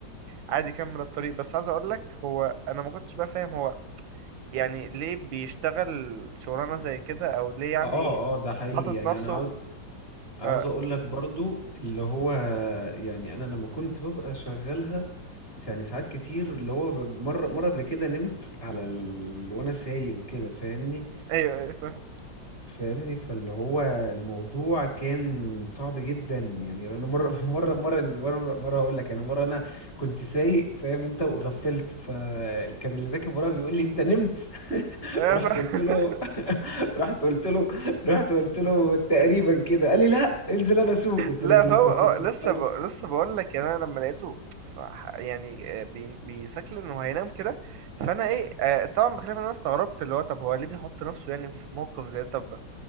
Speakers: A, on the right; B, on the left.
A: فعادي كمل الطريق بس عايز أقولك هو أنا ما كنتش بقى فاهم هو يعني ليه بيشتغل شغلانة زي كده او ليه يعني
B: اه اه ده حقيقي
A: حاطط
B: يعني
A: نفسه
B: انا عاوز عاوز
A: آه
B: اقول لك برضو اللي هو يعني انا لما كنت ببقى شغالها يعني ساعات كتير اللي هو ب- مرة مرة قبل كده نمت على ال... وانا سايق وكده فاهمني
A: ايوه ايوه فاهم
B: فاهمني فاللي هو الموضوع كان صعب جدا يعني انا مره <laughs> مره مره مره مره هقول لك يعني مره انا كنت سايق فاهم انت وغفلت فكان اللي راكب ورايا بيقول لي انت نمت <laughs>
A: ايوه
B: رحت
A: فاهم
B: قلت له
A: <laughs>
B: <laughs> رحت قلت له رحت قلت له تقريبا كده قال لي لا انزل انا اسوق قلت
A: لا
B: له انزل
A: فهو
B: انت اسوق
A: اه
B: أنت
A: لسه
B: بتهزر
A: ب... لسه بقول لك يعني انا لما لقيته ف... يعني آه، بي... بيسكل انه هينام كده فانا ايه آه طبعا بخلاف إن انا استغربت اللي هو طب هو ليه بيحط نفسه يعني في موقف زي ده؟ طب